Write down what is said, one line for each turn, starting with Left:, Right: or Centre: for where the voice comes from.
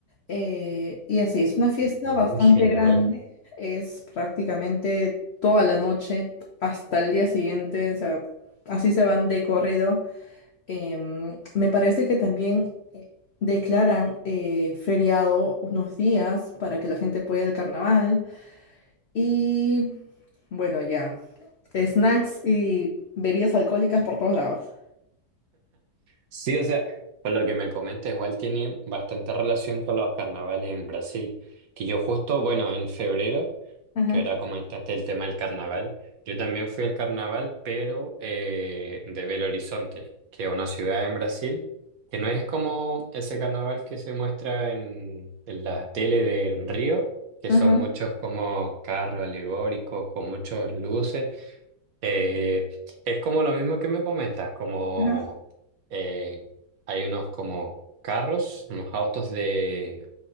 Left: eh, y así, es una fiesta
Right: Mm,
Left: bastante
Right: Genial.
Left: grande. Es prácticamente toda la noche hasta el día siguiente. O sea, así se van de corrido. Em, me parece que también eh, declaran eh, feriado unos días para que la gente pueda ir al carnaval. Y bueno, ya, snacks y bebidas alcohólicas por todos lados.
Right: Sí, o sea, por lo que me comenta, igual tiene bastante relación con los carnavales en Brasil, que yo justo, bueno, en febrero.
Left: Ajá,
Right: que ahora comentaste el tema del carnaval. Yo también fui al carnaval, pero eh, de Belo Horizonte, que es una ciudad en Brasil, que no es como ese carnaval que se muestra en, en la tele de en Río, que
Left: ajá,
Right: son muchos como carros alegóricos con muchas luces. Eh, es como lo mismo que me comentas, como
Left: ajá,
Right: eh, hay unos como carros, unos autos de